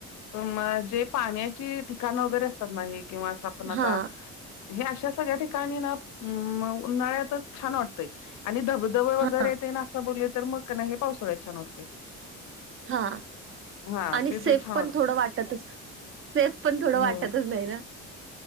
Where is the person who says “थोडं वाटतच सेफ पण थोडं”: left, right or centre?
Right